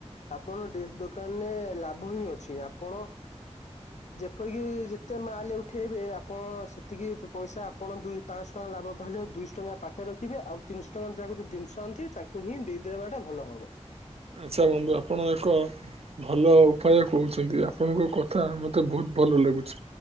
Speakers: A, on the left; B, on the right.
A: ଆପଣ ଡେସ ଦୋକାନେ ଲାଭ ହିଁ ଅଛି ଆପଣ ଯେପରିକି ଯେତେ ମାଲ ଉଠେଇବେ ଆପଣ ସେତିକି ପଇସା ଆପଣ ଦୁଇ ପାଞ୍ଚ ଟଙ୍କା ଲାଭ ଭା ଦୁଇଶହ ଟଙ୍କା ପାଖରେ ରଖିବେ ଆଉ ତିନିଶହ ଟଙ୍କା ଯାକୁ ଜିନିଷ ଆଣି ଥିବେ ତାଙ୍କୁ ହିଁ ଦେଇଦେବାଟା ଭଲ ହବ।
B: ଆଚ୍ଛା ବନ୍ଧୁ ଆପଣ ଏକ ଭଲ ଉପାୟ କହୁଛନ୍ତି ଆପଣଙ୍କ କଥା ମତେ ବହୁତ ଭଲ ଲାଗୁଛି